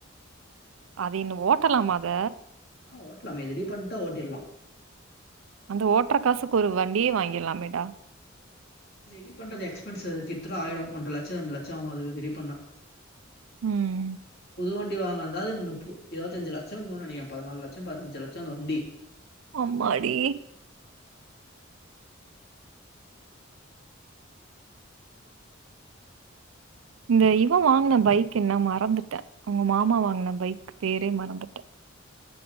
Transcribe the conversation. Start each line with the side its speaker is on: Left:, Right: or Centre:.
Right: அது இன்னு ஓட்டலாம அத
Left: ஆ ஓட்டலாமே ரெடி பண்ணிட்ட ஓட்டிருலா
Right: அத ஓட்டுற காசுக்கு ஒரு வண்டியே வாங்கிட்லாமே டா
Left: ரெடி பண்றது எக்ஸ்பன்ஸ் கிட்டதட்ட ஆயிடு ஒன்ற லட்சோ ரெண்டு லட்சசோ ஆவு அது ரெடி பண்ணா
Right: ம்
Left: புது வண்டி வாங்னோ தாது முப்பு இருவத்தஞ்சி லட்சோ இருக்குன்னு நெனைக்கிறே பதினாலு லட்சோ பதினஞ்சி லட்சோ அந்த வண்டி
Right: அம்மாடி இந்த இவே வாங்குன பைக் என்ன மறந்துட்ட உங்க மாமா வாங்குன பைக் பேரே மறந்துட்ட